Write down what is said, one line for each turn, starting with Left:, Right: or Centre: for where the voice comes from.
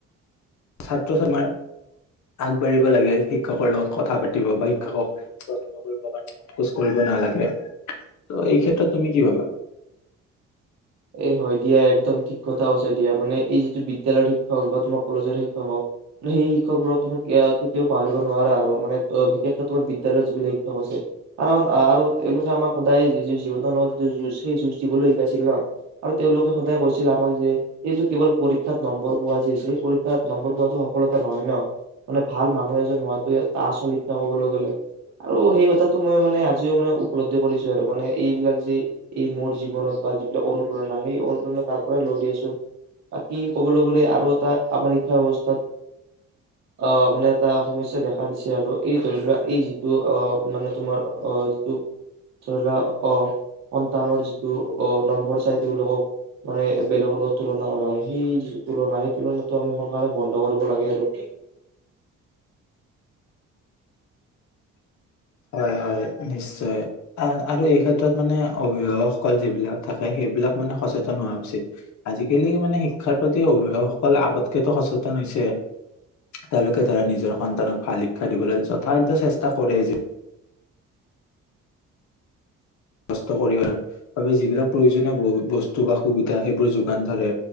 Left: ছাত্ৰ ছা আমাৰ আগবাঢ়িব লাগে শিক্ষকৰ লগত কথা পাতিব বা শিক্ষকক প্ৰশ্ন কৰিব কাৰণে সংকোচ কৰিব নালাগে ত' এই ক্ষেত্ৰত তুমি কি ভাবা
Right: এ হয় দিয়া একদম ঠিক কথা কৈছা দিয়া মানে এই যিটো বিদ্যালয়ৰ শিক্ষক বা তোমাৰ কলেজৰ শিক্ষক হওঁক সেই শিক্ষকবোৰক তোমাক কেতিয়াও পাহৰিব নোৱাৰা আৰু মানে অ বিশেষকে তোমাৰ বিদ্যালয়ৰ যিবিলাক শিক্ষক আছে কাৰণ আৰু তেওঁলোকে আমাক সদায় য জীৱনৰ লগত যিটো যুঁজ সেই যুঁজ দিবলৈ শিকাইছিল ন আৰু তেওঁলোকে সদায় কৈছিল আমাক যে এইটো কেৱল পৰীক্ষাত নম্বৰ পোৱা যি আছে সেই পৰীক্ষাত নম্বৰ পোৱাতো সফলতা নহয় ন মানে ভাল মানুহ এজন হোৱাটোৱে আচল শিক্ষা ক'বলে গ'লে আৰু সেই কথাটো মই মানে আজিও মানে উপলব্ধি কৰিছোঁ আৰু মানে এইবিলাক যে এই মোৰ জীৱনত বা অনুপ্ৰেৰণা সেই অনুপ্ৰেৰণা তাৰ পৰাই লওঁ দিয়াচোন বাকি ক'বলে গ'লে আৰু এটা আমাৰ শিক্ষা ব্যৱস্থাত আহ মানে এটা সমস্যা দেখা দিছে আৰু এই ধৰি লোৱা এই যিটো অ মানে তোমাৰ আহ যিটো ধৰি লোৱা অ সন্তানৰ যিটো অ নম্ব নম্বৰ চাই তেওঁলোকক মানে বেলেগৰ লগত তুলনা কৰা হয় সেই যিটো তুলনা সেই তুলনাটো আমি সোনকালে বন্ধ কৰিব লাগে আৰু
Left: হয় হয় নিশ্চয় আ আৰু এই ক্ষেত্ৰত মানে অভিভাৱকসকল যিবিলাক থাকে সেইবিলাক মানে সচেতন হোৱা উচিত আজিকালি মানে শিক্ষাৰ প্ৰতি অভিভাৱকসকল আগতকে টো সচেতন হৈছে তেওঁলোকে ধৰা নিজৰ সন্তানক ভাল শিক্ষা দিবলৈ যথা হিন ত চেষ্টা কৰে কষ্ট কৰিবা বাবে যিবিলাক প্ৰয়োজনীয় ব বস্তু বা সুবিধা সেইবোৰ যোগান ধৰে